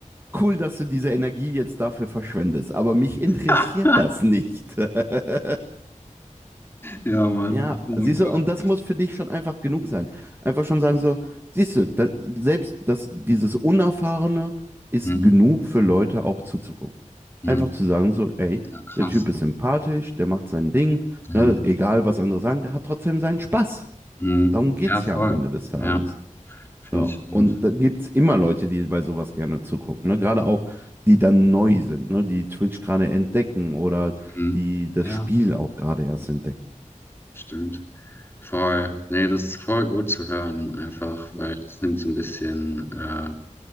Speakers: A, on the right; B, on the left.
A: cool, dass du diese Energie jetzt dafür verschwendest, aber mich interessiert
B: Ja. <laughs>
A: das nicht. <laughs>
B: Ja, Mann.
A: Ja,
B: Oh mein
A: siehst
B: Gott.
A: du, und das muss für dich schon einfach genug sein. Einfach schon sagen so, siehst du, da, selbst das, dieses Unerfahrene ist
B: Mhm.
A: genug für Leute auch zuzugucken.
B: Mhm.
A: Einfach zu sagen so, ey,
B: Ja, krass.
A: der Typ ist sympathisch, der macht sein Ding,
B: Damn.
A: ne, egal was andere sagen, der hat trotzdem seinen Spaß.
B: Mhm.
A: Darum geht's
B: Ja, voll.
A: ja am Ende des Tages.
B: Ja, finde
A: So.
B: ich
A: Und
B: auch.
A: da gibt es immer Leute, die bei sowas gerne zugucken. Ne? Gerade auch, die dann neu sind, ne? Die Twitch gerade entdecken oder
B: Mhm.
A: die das
B: Ja,
A: Spiel auch gerade erst entdecken.
B: stimmt. Voll. Nee, das ist voll gut zu hören, einfach,
A: Ja.
B: weil es nimmt so ein bisschen äh,